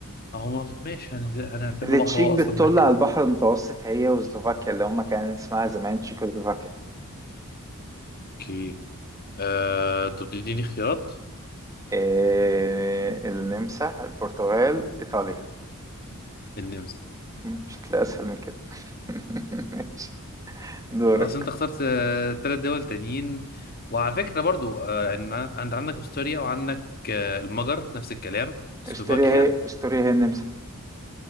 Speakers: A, on the left; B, on the right.
A: هو ماشي هنت- هنعتبره
B: التشيك
A: بحر هو
B: بتطل
A: اصلا بركة
B: على البحر المتوسط هي وسلوفاكيا اللي هم كان اسمها زمان تشيكوسلوفاكيا
A: اوكي آه طب تديني خيارات
B: آه، النمسا البرتغال إيطاليا
A: النمسا
B: مش هتلاقي أسهل من كده <laughs> ماشي. دورك
A: اصل انت اخترت آه تلات دول تانيين وعلى فكرة برضو آه عن- عند عندك استوريا وعندك آه المجر نفس الكلام سلوفاكيا
B: استوريا هي استوريا هي النمسا